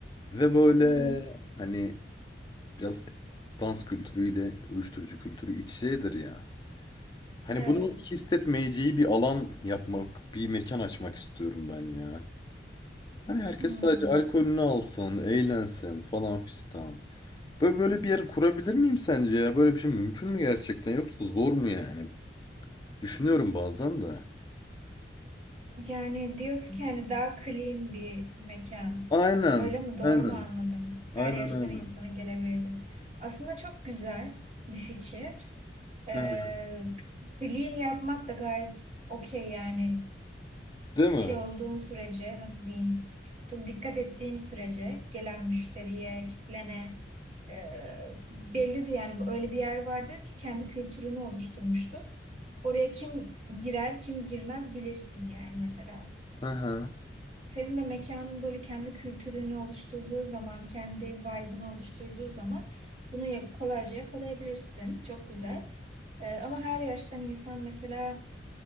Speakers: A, on the left; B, on the right.
A: ve böyle
B: Hı hı.
A: hani biraz dans kültürüyle uyuşturucu kültürü iç şeydir ya. Hani
B: Evet.
A: bunu hissetmeyeceği bir alan yapmak, bir mekan açmak istiyorum ben ya. Hani herkes
B: Hmm.
A: sadece alkolünü alsın, eğlensin falan fistan. Böyle böyle bir yer kurabilir miyim sence ya? Böyle bir şey mümkün mü gerçekten yoksa zor mu yani? Düşünüyorum bazen de.
B: Yani diyorsun ki hani daha clean bir mekan.
A: Aynen,
B: Öyle mi? Doğru
A: aynen.
B: mu anladım? Her
A: Aynen
B: yaştan
A: aynen.
B: insanın gelebileceği. Aslında çok güzel bir fikir. Ee,
A: Ha,
B: clean yapmak da gayet okey yani
A: Değil mi?
B: şey olduğun sürece nasıl diyeyim çok dikkat ettiğin sürece gelen müşteriye, kitlene e, bellidir yani öyle bir yer vardır ki kendi kültürünü oluşturmuştur. Oraya kim girer, kim girmez bilirsin yani mesela.
A: aha.
B: Senin de mekanın böyle kendi kültürünü oluşturduğu zaman, kendi vibe'ını oluşturduğu zaman bunu ya- kolayca yakalayabilirsin. Çok güzel. Ee, ama her yaştan insan mesela